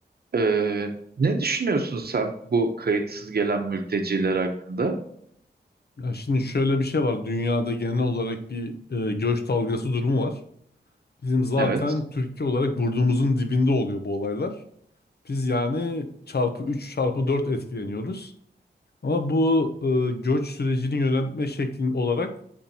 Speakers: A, on the right (about 60°); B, on the left (about 65°).
A: Ee, ne düşünüyorsun sen bu kayıtsız gelen mülteciler hakkında?
B: Ya şimdi şöyle bir şey var. Dünyada genel olarak bir e, göç dalgası durumu var. Bizim zaten
A: Evet.
B: Türkiye olarak burnumuzun dibinde oluyor bu olaylar. Biz yani çarpı 3 çarpı 4 etkileniyoruz. Ama bu e, göç sürecini yönetme şeklin olarak